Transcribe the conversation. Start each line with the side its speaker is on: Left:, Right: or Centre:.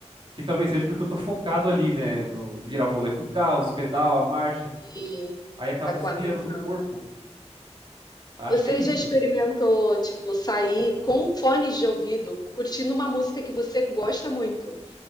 Right: que talvez seja porque eu tô focado ali, né? No virar o volante do carro, os pedal, a marcha.
Left: E
Right: Aí acaba
Left: tá com
Right: desviando
Left: atenção.
Right: do corpo. Acho
Left: Você
Right: que é isso.
Left: já experimentou, tipo, sair com fones de ouvido, curtindo uma música que você gosta muito?